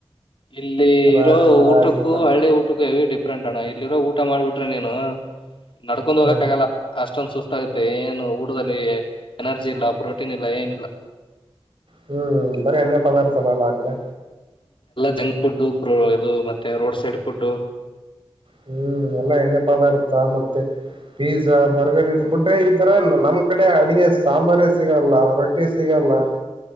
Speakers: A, on the left (about 55°); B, on the right (about 55°).
A: ಇಲ್ಲಿ
B: ರಾ
A: ಇರೋ ಊಟಕ್ಕೂ
B: ರಾಜ್ ಅಂತಾರ
A: ಹಳ್ಳಿ ಊಟಕ್ಕೂ ಹೆ ಡಿಫ್ರೆಂಟ್ ಅಣ್ಣ ಇಲ್ಲಿ ಇರೋ ಊಟ ಮಾಡ್ಬಿಟ್ಟು ನೀನು ನಡ್ಕೊಂಡ್
B: ಹ್ಮ್
A: ಹೋಗಕ್ ಆಗಲ್ಲ ಅಷ್ಟೊಂದ ಸುಸ್ತು ಗೊತ್ತಾಗುತ್ತೆ ಏನು ಊಡದಲ್ಲಿ ಎನರ್ಜಿ ಇಲ್ಲ ಪ್ರೋಟೀನ್ ಇಲ್ಲ ಏನಿಲ್ಲ
B: ಹ್ಮ್ ಬರಿ ಎಣ್ಣೆ ಪದಾರ್ಥಲ್ಲಆಕಡೆ
A: ಜಂಗ್ ಫುಡ್ ಇದು ಮತ್ತೆ ರೋಡ್ ಸೈಡ್ ಫುಡ್
B: ಹ್ಮ್ ಎಲ್ಲಾ ಎಣ್ಣೆಪ್ಪ ಪದಾರ್ಥ ಮತ್ತೆ ಪೀಜಾ ಬರ್ಗರ್ ಇದ್ ಬಿಟ್ರೆ ಈತರ ನಮ್ ಕಡೆ ಅಡಗೆ ಸಾಂಬಾರ ಸಿಗಲ್ಲ ರೊಟ್ಟಿ ಸಿಗಲ್ಲ ಅಲ್ಲ